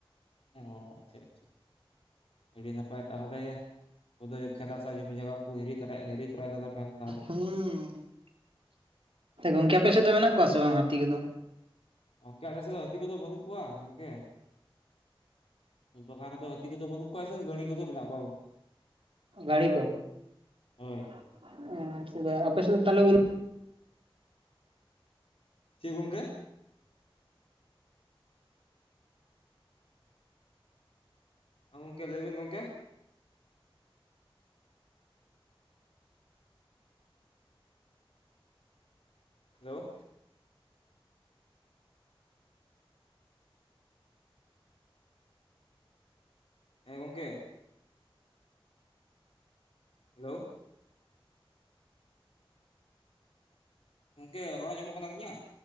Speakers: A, on the left; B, on the right.
A: ᱚ ᱻ ᱟᱪᱪᱷᱟ ᱟᱪᱪᱷᱟ᱾ ᱟᱹᱰᱤ ᱱᱟᱯᱟᱭ ᱛᱟᱦᱚᱞᱮ ᱩᱫᱚᱭ ᱠᱷᱮᱛ ᱦᱟᱥᱟ ᱡᱚᱢᱤ ᱡᱚᱭᱜᱟ ᱠᱚ ᱦᱤᱨᱤ ᱛᱚᱨᱟᱭ ᱦᱤᱨᱤ ᱛᱚᱨᱟᱭ ᱫᱟᱫᱟ ᱵᱮᱞ ᱛᱟᱦᱞᱮ
B: ᱦᱩᱸ ᱜᱚᱝᱠᱮ ᱟᱯᱮ ᱥᱮᱫ ᱫᱚ ᱢᱮᱱᱟᱜ ᱠᱚᱣᱟ ᱥᱮ ᱵᱟᱝ ᱦᱟᱹᱛᱤ ᱠᱚᱫᱚ
A: ᱜᱚᱝᱠᱮ ᱟᱞᱮ ᱥᱮᱫ ᱫᱚ ᱦᱟᱹᱛᱤ ᱠᱚᱫᱚ ᱵᱟᱹᱱᱩᱜ ᱠᱚᱣᱟ ᱜᱚᱝᱠᱮ? ᱩᱞ ᱵᱟᱜᱟᱱ ᱨᱮᱫᱚ ᱦᱟᱹᱛᱤ ᱠᱚᱫᱚ ᱵᱟᱹᱱᱩᱜ ᱠᱚᱣᱟ ᱥᱮ ᱜᱟᱹᱲᱤ ᱠᱚᱫᱚ ᱢᱮᱱᱟᱜ ᱠᱚᱣᱟ ᱜᱚᱝᱠᱮ
B: ᱜᱟᱹᱲᱤ ᱠᱚ
A: ᱦᱳᱭ
B: <inaudible> ᱟᱯᱮ ᱥᱮᱫ ᱛᱟᱦᱚᱞᱮ ᱩᱞ
A: ᱪᱮᱜ ᱜᱚᱝᱠᱮ? ᱜᱚᱝᱠᱮ ᱞᱟᱹᱭ ᱵᱤᱱ ᱜᱚᱝᱠᱮ ᱦᱮᱞᱳ ᱦᱮᱸ ᱜᱚᱝᱠᱮ ᱦᱮᱞᱳ ᱜᱚᱝᱠᱮ ᱨᱚᱲ ᱧᱟᱢᱚᱜ ᱠᱟᱱ ᱤᱧᱟᱹᱜ